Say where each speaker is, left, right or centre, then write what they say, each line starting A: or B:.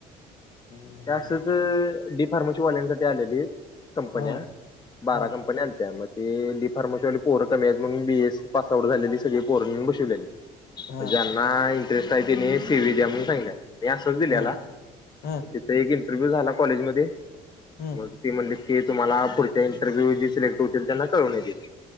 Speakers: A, on the left; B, on the left.
A: हं
B: ते असंच डी फार्मसीवाल्यांसाठी आलेलीत कंपन्या,
A: हां
B: बारा
A: हां
B: कंपन्या आलत्या म ते डी फार्मसीवाली पोर कमी हायत म्हणून बीएससी पास आउट झालेली सगळी पोर नेऊन बसवले
A: हां
B: ज्यांना इंटरेस्ट आहे त्याने सी व्ही द्या म्हणून सांगितल्या, मी असंच दिलेला
A: हां हां
B: तिथ एक इंटरव्ह्यू झाला कॉलेज मध्ये
A: हां
B: मग ती म्हणलीत की तुम्हाला पुढच्या इंटरव्ह्यू जे सिलेक्ट होतील त्यांना कळवण्यात येईल